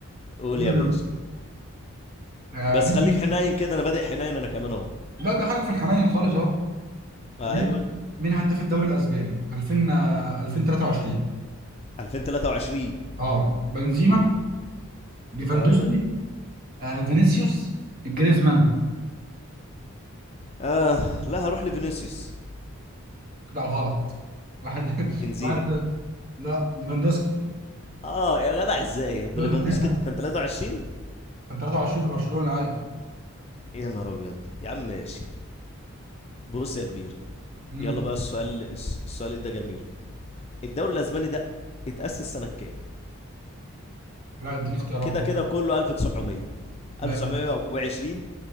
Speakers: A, on the left; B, on the right.
A: قول
B: دوري-
A: يا باشا
B: آه،
A: بس
B: مين-
A: خليك حنين كده انا بادئ حنين انا كمان اهو
B: لا ده حاجه في الحنين خالص اهو
A: ايوه
B: مين مين هداف الدوري الاسباني 2000 آه، 2023
A: 2023
B: اه بنزيما
A: قول
B: ليفاندوسكي
A: ايوه
B: آه، فينيسيوس جريزمان
A: اه لا هروح لفينيسيوس
B: لا غلط واحد <laughs>
A: بنزيما
B: واحد صفر. لا ليفاندوسكي
A: اه يا جدع ازاي بوليفاندوسكي
B: <laughs>
A: كان 23
B: كان 23 في برشلونة ايوه
A: يا نهار ابيض يا عم ماشي بص يا كبير
B: امم
A: يلا بقى السؤال الس- السؤال ده جميل الدوري الاسباني ده اتأسس سنة كام
B: لا اديني اختيارات
A: كده
B: بقى
A: كده كله 1900
B: ماشي
A: 1920